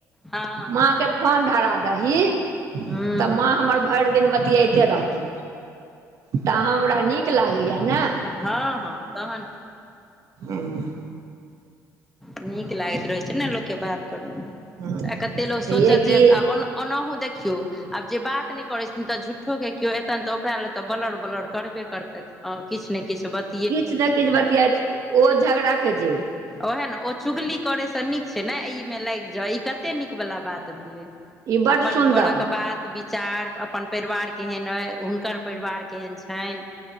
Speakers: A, in the centre; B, on the right (about 55°).
A: हँ
B: माँके फोन धरा दही
A: हुँ
B: तऽ माँ हमर भैर दिन बतियाइते रहतौऽ तऽ हमरा नीक लागैया ने
A: हँ हँ तहन
B: उम्म
A: नीक लागैत रहैत छै ने लोकके बात करय मे
B: हँ
A: आ कते लोक
B: छैहे
A: सोचत
B: कि
A: जैय आ ओना ओनाहु देखियौ आब जे बात नहि करैत छथिन तऽ झूट्ठोके केओ एतनि तऽ ओकरा लेल तऽ बलर बलर करबे करतैयथ और किछ ने किछ बत
B: किछ ने किछबतियात ओ झगड़ा के जड़
A: ओएह ने ओ चुगली करयसँ नीक छै ने ई मे लागि जाओऽ ई कते नीक वला बात भेलै
B: ई बड्ड
A: अपन
B: सुन्दर
A: घरक बात विचार अपन परिवार केहन अइ हुनकर परिवार केहन छैन